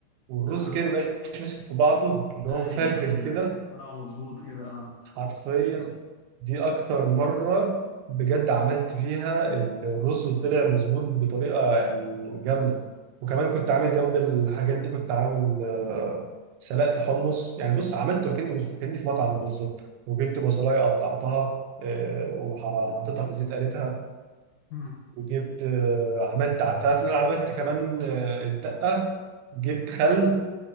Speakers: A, on the right; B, on the left.
A: والرز
B: آه.
A: كده ما بيبقاش ماسك في بعضه اللي
B: ايوه
A: هو مفلفل
B: ايوه
A: كده
B: طلع مظبوط كده اه
A: حرفيا دي اكتر مرة بجد عملت فيها الرز وطلع مظبوط بطريقة يعني جامدة وكمان كنت عامل جنب الحاجات دي كنت عامل آه، سلقت حمص يعني بص عملته كأنه كأني في مطعم بالظبط وجبت بصلاية قطعتها آه، وحطيتها في الزيت قليتها
B: مم.
A: وجبت آه، عملت تعرف إن انا عملت كمان آه، الدقة جبت خل